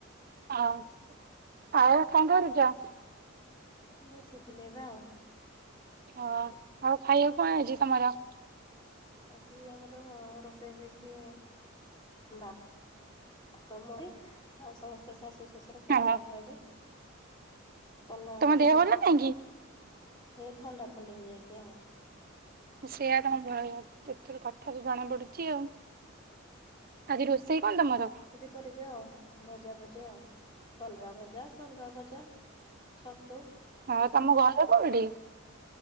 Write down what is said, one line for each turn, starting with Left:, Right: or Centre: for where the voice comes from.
Right: ଆଉ ଆଉ କଣ କରୁଛ?
Left: ବସିଥିଲେ ଏବେ ଆଉ।
Right: ଓ ଆଉ ଖାଇବାକୁ କଣ ଆଜି ତମର?
Left: ଆଜି ଆମର ରୋଷେଇ ହେଇଛି ବାଆ ତମରି ସମସ୍ତେ ଶାଶୁ, ଶ୍ୱଶୁର, ପଖାଳ
Right: ହଁ
Left: ଖାଇବେ। କଲରା
Right: ତମ
Left: ଭଜା
Right: ଦେହ
Left: ହେଇଛିସ,
Right: ଭଲ ନାହିଁ କି?
Left: ଏ ଥଣ୍ଡା ଥଡି ହେଇଯାଇଛି ଆଉ।
Right: ସେଇଆ ତ ଭୟ ଯେତେବେ କଥା ଜଣା ପଡୁଛି ଆଉ। ଆଜି ରୋଷେଇ କଣ ତମର?
Left: କରେ ଯେ ଆଉ ଭଜା ଭାଜା ଆଉ କଲରା ଭଜା ସଲରା ଭ ଜା, ଛତୁ।
Right: ହଁ ତମ ଘରେ କୋଉଠି?